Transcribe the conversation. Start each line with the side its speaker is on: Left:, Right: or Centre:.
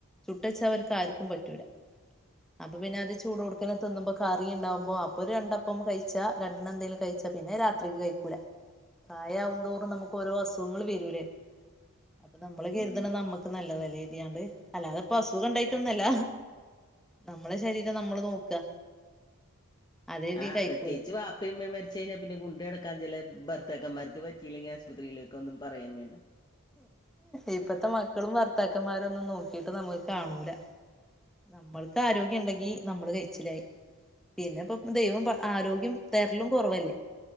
Centre: ചുട്ടെച്ച അവർക്ക് ആർക്കും പറ്റൂല അപ്പൊ പിന്നെ അത് ചൂട് കൊടുക്കനെ തിന്നുമ്പോ കറി ണ്ടാവുമ്പോ അപ്പൊ രണ്ടപ്പം കഴിച്ച രണ്ടണ്ണം എന്തേലും കഴിച്ചാ പിന്നെ രാത്രിക്ക് കഴിക്കൂല പ്രായാവുന്തോറും നമുക്ക് ഓരോ അസുഖങ്ങള് വരൂലേ അപ്പൊ നമ്മള് കെരുതണ
Left: ഉം
Centre: നമ്മുക്ക് നല്ലതല്ലേകെർത്തിയണ്ടഅല്ലാതെപ്പസുഖണ്ടായിട്ടൊന്നുഅല്ല നമ്മളെ ശരീരം നമ്മള് നോക്ക അതെഴുതി
Left: ആഹ്
Centre: കഴിക്കൂല
Left: പ്രത്യേയിച്ച് വപ്പേം ഉമ്മേം മരി ച്ചേന്നെ പിന്നെഗുണ്ടെടുക്കാൻ ചില ഭർത്തകന്മാർക്ക് പറ്റിലെങ്കി ആസ്പത്രിയിലേക്കൊന്നും പറയേം മേണ്ട
Centre: ഇപ്പത്തെ മക്കളും ഭർത്താക്കന്മാരും ഒന്നും നോക്കിട്ട് നമുക്ക് കാണൂല നമ്മൾക്ക് ആരോഗ്യം ഉണ്ടെങ്കി നമ്മള് കഴിച്ചിലായി പിന്നെപ്പം ദൈവം ആരോഗ്യം തെരലും കുറവല്ലേ